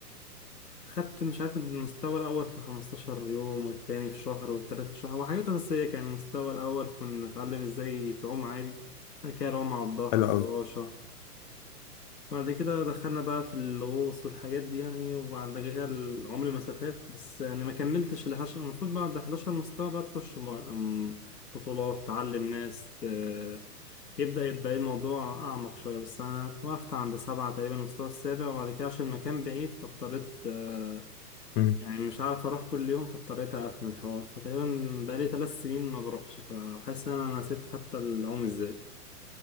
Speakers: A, on the left (about 85°); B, on the left (about 30°).
A: خدت مش عارف المستوى الاول في 15 يوم والتاني في شهر والتالت في شهر وحاجات اساسية كان المستوى الاول كنا نتعلم ازاي تعوم عادي بعد كده رمى على الظهر
B: حلو
A: فراشة
B: قوي
A: بعد كده دخلنا بقى في الغوص والحاجات دي يعني وبعد كده العمر مسافات بس يعني ما كملتش ال 11 المفروض بعد 11 مستوى بقى تخش م- أم، بطولات تعلم ناس ت- يبدأ يبقى إيه الموضوع أعمق شوية بس أنا توقفت عند سبعة تقريبا المستوى السابع وبعد كده عشان المكان بعيد فاضطريت آه،
B: مم.
A: يعني مش عارف أروح كل يوم فاضطريت أقفل الحوار فتقريبا بقالي ثلاث سنين ما بروحش فحاسس إن أنا نسيت حتى العوم إزاي